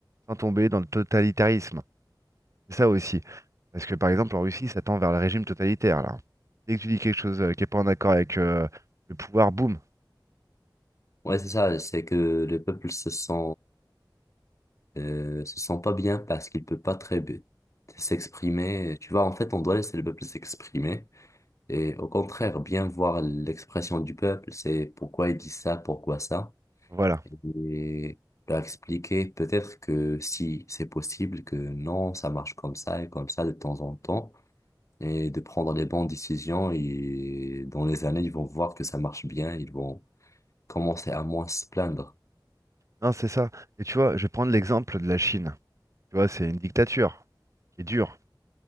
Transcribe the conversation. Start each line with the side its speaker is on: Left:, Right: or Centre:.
Right: sans tomber dans le totalitarisme. C'est ça aussi. Parce que par exemple, en Russie, ça tend vers le régime totalitaire, là. Dès que tu dis quelque chose euh, qui n'est pas en accord avec euh, le pouvoir, boum,
Left: Ouais, c'est ça, c'est que le peuple se sent, euh, se sent pas bien parce qu'il peut pas très bien s'exprimer. Tu vois, en fait, on doit laisser le peuple s'exprimer et au contraire, bien voir l'expression du peuple, c'est pourquoi il dit ça, pourquoi ça,
Right: voilà.
Left: et leur expliquer peut-être que si c'est possible, que non, ça marche comme ça et comme ça de temps en temps, et de prendre les bonnes décisions et dans les années, ils vont voir que ça marche bien, ils vont commencer à moins se plaindre.
Right: Non, c'est ça. Et tu vois, je vais prendre l'exemple de la Chine. Tu vois, c'est une dictature qui est dure.